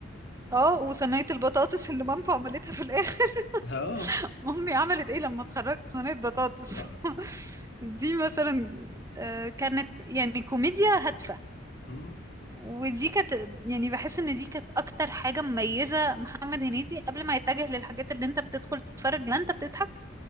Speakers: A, on the right (about 15°); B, on the left (about 60°).
A: اه وصينية البطاطس اللي مامته عملتها في الآخر
B: اه
A: <laughs> مامي عملت ايه لما اتخرجت صينية بطاطس
B: صح
A: <laughs> دي مثلا آه، كانت يعني كوميديا هادفة
B: مم.
A: ودي كانت يعني بحس ان دي كانت اكتر حاجة مميزة محمد هنيدي قبل ما يتجه للحاجات اللي انت بتدخل تتفرج لا انت بتضحك